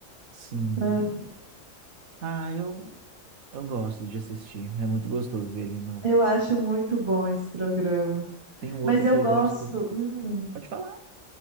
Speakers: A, on the right; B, on the right.
A: Sim.
B: Ah,
A: Ah, eu, eu gosto de assistir. É muito gostoso ver ele no.
B: Eu acho muito bom esse programa.
A: Tem um outro
B: Mas eu
A: que eu
B: gosto.
A: gosto.
B: hum,
A: Pode falar.